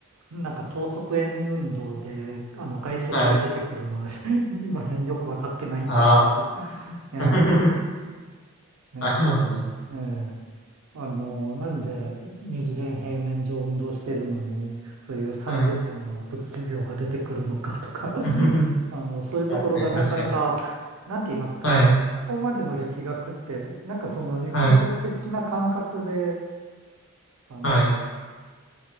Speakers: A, on the right; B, on the left.
A: なんか等速円運動で、あの、外積が出てくるの、
B: はい。
A: <laughs> 今ね、よくわかってないんですけど、
B: ああ。
A: ええ、
B: <laughs>
A: ね
B: ありますね。
A: え、ええあの、なんで二次元平面上運動してるのに、そういう三次元の物理量が出てくるのかとか、
B: はい。
A: <laughs>
B: <laughs>
A: あの、そういうところがなかなか、
B: 確かに、確かに。
A: なんて言いますか、
B: はい。
A: ここまでの力学って、なんかその日常的な感覚で、
B: はい。
A: あの、
B: はい。